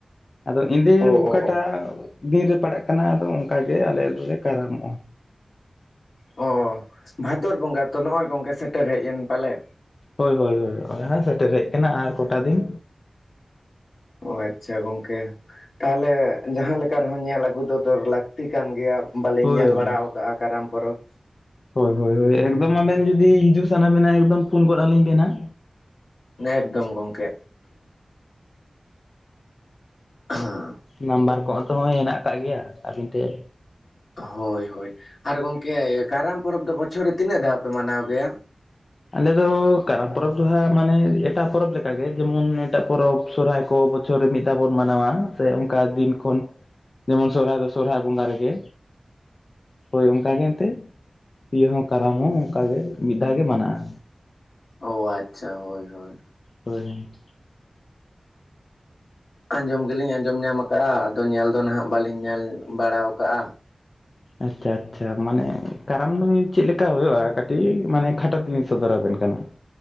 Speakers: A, on the left; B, on the left.
A: ᱟᱫᱚ ᱫᱤ
B: ᱚ ᱚ
A: ᱚᱠᱟᱴᱟᱜ
B: ᱚ
A: ᱫᱤᱱ ᱨᱮ ᱯᱟᱲᱟᱜ ᱠᱟᱱᱟ ᱟᱫᱚ ᱚᱱᱠᱟ ᱜᱮ ᱟᱞᱮ ᱫᱚᱞᱮ ᱠᱟᱨᱟᱢᱚᱜ
B: ᱚ ᱵᱷᱟᱫᱚᱨ ᱵᱚᱸᱜᱟ ᱛᱚ ᱱᱚᱜᱼᱚᱭ ᱜᱚᱝᱠᱮ ᱥᱮᱴᱮᱨ ᱦᱮᱡ ᱮᱱ ᱯᱟᱞᱮ
A: ᱦᱳᱭ ᱦᱳᱭ ᱦᱳᱭ ᱱᱚᱜ-ᱚᱭ ᱦᱟᱸᱜ ᱥᱮᱴᱮᱨ ᱦᱮᱡ ᱟᱠᱟᱱᱟ ᱟᱨ ᱠᱚᱴᱟ ᱫᱤᱱ
B: ᱚ ᱟᱪᱪᱷᱟ ᱜᱚᱝᱠᱮ ᱛᱟᱦᱚᱞᱮ ᱡᱟᱦᱟᱸ ᱞᱮᱠᱟ ᱨᱮᱦᱚᱸ ᱧᱮᱞ ᱟᱹᱜᱩ ᱫᱚᱨ ᱞᱟᱹᱠᱛᱤ ᱠᱟᱱ ᱜᱮᱭᱟ ᱵᱟᱹᱞᱤᱧ
A: ᱦᱳᱭ
B: ᱧᱮᱞ
A: ᱦᱳᱭ
B: ᱵᱟᱲᱟ ᱟᱠᱟᱟᱜᱼᱟ ᱠᱟᱨᱟᱢ ᱯᱚᱨᱚᱵᱽ
A: ᱦᱳᱭ ᱦᱳᱭ ᱦᱳᱭ ᱮᱠᱫᱚᱢ ᱟᱵᱮᱱ ᱡᱩᱫᱤ ᱦᱤᱡᱩᱜ ᱥᱟᱱᱟ ᱵᱤᱱᱟ ᱮᱠᱫᱚᱢ ᱯᱷᱳᱱ ᱜᱚᱫ ᱟᱹᱞᱤᱧ ᱵᱤᱱ ᱦᱟᱸᱜ
B: ᱮᱠᱫᱚᱢ ᱜᱚᱢᱠᱮ <unintelligible>
A: ᱱᱟᱢᱵᱟᱨ ᱠᱚᱸᱜ ᱛᱚ ᱦᱚᱸᱭ ᱦᱮᱱᱟᱜ ᱟᱠᱟᱫ ᱜᱮᱭᱟ ᱟᱵᱤᱱ ᱴᱷᱮᱡ
B: ᱦᱳᱭ ᱦᱳᱭ ᱟᱨ ᱜᱚᱢᱠᱮ ᱠᱟᱨᱟᱢ ᱯᱚᱨᱚᱵᱽ ᱫᱚ ᱵᱚᱪᱷᱚᱨ ᱨᱮ ᱛᱤᱱᱟᱹᱜ ᱫᱷᱟᱣ ᱯᱮ ᱢᱟᱱᱟᱣ ᱜᱮᱭᱟ?
A: ᱟᱞᱮ ᱫᱚ ᱠᱟᱨᱟᱢ ᱯᱚᱨᱚᱵᱽ ᱫᱚ ᱦᱟᱸᱜ ᱢᱟᱱᱮ ᱮᱴᱟᱜ ᱯᱚᱨᱚᱵᱽ ᱞᱮᱠᱟᱜᱮ ᱡᱮᱢᱚᱱ ᱮᱴᱟᱜ ᱯᱚᱨᱚᱵᱽ ᱥᱚᱨᱦᱟᱭ ᱠᱚ, ᱵᱚᱪᱷᱚᱨ ᱨᱮ ᱢᱤᱫ ᱫᱷᱟᱣ ᱵᱚᱱ ᱢᱟᱱᱟᱣᱟ ᱥᱮ ᱚᱱᱠᱟ ᱫᱤᱱ ᱠᱷᱚᱱ, ᱡᱮᱢᱚᱱ ᱥᱚᱦᱨᱟᱭ ᱫᱚ ᱥᱚᱦᱨᱟᱭ ᱵᱚᱸᱜᱟ ᱨᱮᱜᱮ, ᱦᱳᱭ ᱚᱱᱠᱟ ᱜᱮ ᱮᱱᱛᱮᱫ ᱤᱭᱟᱹ ᱦᱚᱸ ᱠᱟᱨᱟᱢ ᱦᱚᱸ ᱚᱱᱠᱟᱜᱮ ᱢᱤᱫ ᱫᱷᱟᱣ ᱜᱮ ᱢᱟᱱᱟᱜᱼᱟ᱾
B: ᱳ ᱟᱪᱪᱷᱟ ᱦᱳᱭ ᱦᱳᱭ᱾
A: ᱦᱳᱭ
B: ᱟᱸᱡᱚᱢ ᱜᱮᱞᱤᱧ ᱟᱸᱡᱚᱢ ᱧᱟᱢᱟ ᱟᱠᱟᱜᱼᱟ ᱟᱫᱚ ᱧᱮᱞ ᱫᱚ ᱱᱟᱦᱟᱜ ᱵᱟᱞᱤᱧ ᱧᱮᱞ ᱵᱟᱲᱟᱣ ᱠᱟᱜᱼᱟ᱾
A: ᱟᱪᱪᱷᱟ ᱟᱪᱪᱷᱟ ᱢᱟᱱᱮ ᱠᱟᱨᱟᱢ ᱫᱚ ᱪᱮᱜ ᱞᱮᱠᱟ ᱦᱩᱭᱩᱜᱼᱟ ᱠᱟᱹᱴᱤᱡ ᱢᱟᱱᱮ ᱠᱷᱟᱴᱚ ᱛᱮᱞᱤᱧ ᱥᱚᱫᱚᱨ ᱟᱵᱮᱱ ᱠᱟᱱᱟ᱾